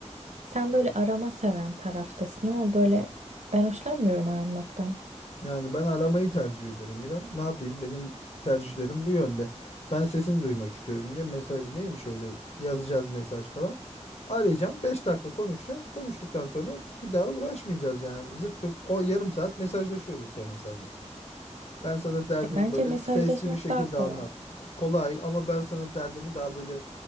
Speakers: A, on the right; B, on the left.
A: sen böyle arama seven taraftasın ama böyle ben hoşlanmıyorum aranmaktan.
B: Yani ben aramayı tercih ediyorum İrem. Ne yapayım? Benim tercihlerim bu yönde. Ben sesini duymak istiyorum diye mesaj neymiş öyle yazacağız mesaj falan. Arayacağım. 5 dakika konuşacağız. Konuştuktan sonra bir daha uğraşmayacağız yani. Zırt pırt o yarım saat mesajlaşıyoruz sonra seninle. Ben sana derdimi
A: E, Bence
B: böyle
A: mesajlaşmak
B: sesli bir şekilde
A: daha kolay.
B: anlat. Kolay ama ben sana derdimi daha böyle